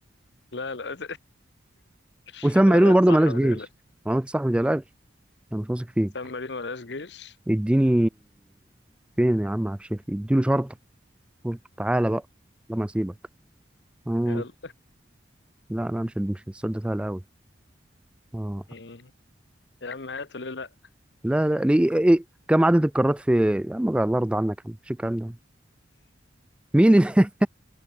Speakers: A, on the left (about 65°); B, in the centre.
A: لا لا <laughs>
B: وسان مارينو
A: قررت
B: برضه
A: صح
B: مالهاش
A: ما
B: جيش
A: تقلقش.
B: معلومات صح ما تقلقش انا مش واثق فيك
A: سان مارينو ملهاش جيش
B: اديني فين يا عم عبد الشافي اديله شرطه قلت تعالى بقى لما اسيبك آه.
A: يلا
B: لا لا مش مش السؤال ده سهل قوي اه
A: مم. يا عم هاتوا ليه لأ
B: لا لا ليه إيه؟ إيه، كم عدد القارات في يا عم الله يرضى عنك يا عم مش الكلام ده مين اللي <laughs>